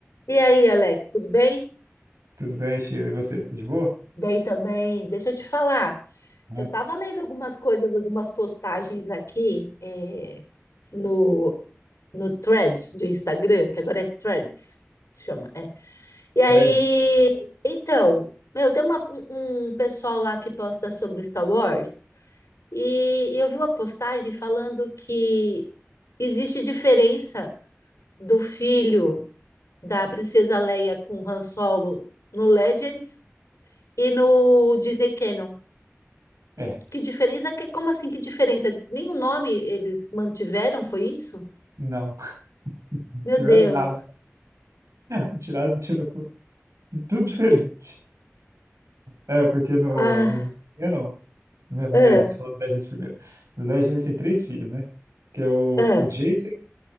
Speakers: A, on the left; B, on the right.
A: E aí, Alex, tudo bem?
B: Tudo bem, Sheila, e você? Tá De boa?
A: Bem também. Deixa eu te falar.
B: Hã?
A: Eu estava lendo algumas coisas, algumas postagens aqui eh, no, no Threads do Instagram, que agora é Threads, se chama. é. E
B: Tiver...
A: aí, então, meu, tem uma- um um pessoal lá que posta sobre Star Wars e eu vi uma postagem falando que existe diferença do filho da princesa Leia com Han Solo no Legends e no Disney Canon. Que,
B: É,
A: que diferença? que- como assim? Que diferença? Nem o nome eles mantiveram, foi isso?
B: não. <laughs>
A: Meu
B: Tiver
A: Deus.
B: nada. <laughs> Tirado, tirou tudo diferente. É, porque no...
A: Ah,
B: no... Eu não. Não é do
A: ah,
B: Legends, fala do Legends primeiro. Do Legends tem três filhos, né? Que é o,
A: ah,
B: o Jason,